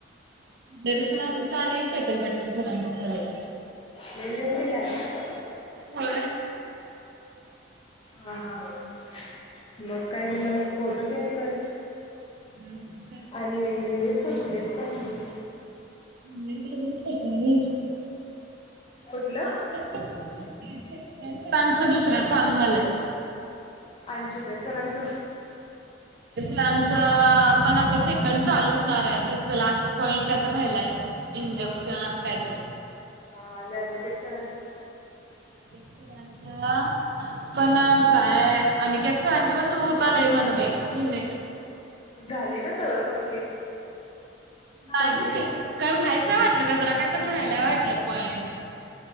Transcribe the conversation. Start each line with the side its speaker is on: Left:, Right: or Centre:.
Right: दरसरांचं आणि चेतन पाटील सरांच झालंय.
Left: लय लिहून दिल्यात
Right: हो.
Left: हा हा. मग काय नाही, मला फोटो सेंड कर.
Right: हम्म
Left: आणि युनिट संपलेत का नाहीत?
Right: श <inaudible>
Left: कुठलं?
Right: संपलं की चेतन सरांचं दुसरं चालू झालंय.
Left: आणि जुबेर सरांचं.
Right: लांच पण आता सेकंड चालू होणार आहे, त्यांच लास्ट पॉइंट काय तर राहिलाय. इंजेक्शन
Left: हा हा
Right: अस कायतर.
Left: हा आणि अनिकेत सरांचं.
Right: सारंच. पण काय अनिकेत सरांच पण होत आलंय मनबाई युनिट.
Left: झाले ना सगळं कंप्लीट.
Right: नाही
Left: कंप्लीट
Right: नाही काय व्हायचं वाटलं का जरा काय तर व्हायला वाटलं पॉईंट.